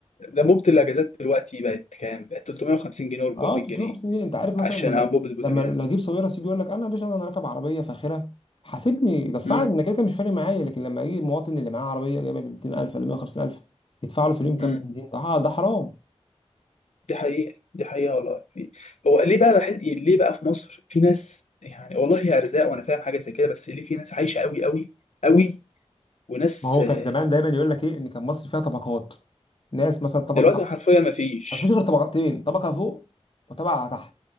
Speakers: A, on the left (about 85°); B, on the left (about 50°).
A: انبوبه الاجازات دلوقتي بقت كام؟ بقت 350 جنيه و400
B: اه 350
A: جنيه
B: جنيه انت عارف مثلا
A: عشان
B: لما
A: انبوبه البوتاجاز
B: لما لو اجيب سويرة سي بيقول لك انا يا باشا انا راكب عربيه فاخره حاسبني دفعني
A: امم
B: انا كده كده مش فارق معايا لكن لما اجي المواطن اللي معاه عربيه جايبه ب 200000 ولا 150000 يدفع له في اليوم كام
A: امم
B: بنزين ده ح- ده حرام
A: دي حقيقه دي حقيقه والله في هو ليه بقى بحس ليه بقى في مصر في ناس يعني والله هي ارزاق وانا فاهم حاجه زي كده بس ليه في ناس عايشه قوي قوي قوي وناس
B: ما هو
A: آه،
B: كان زمان دايما يقول لك ايه ان كان مصر فيها طبقات ناس مثلا طبقه
A: دلوقتي
B: تحت
A: حرفيا ما فيش
B: ما فيش غير طبقتين طبقه فوق وطبقه تحت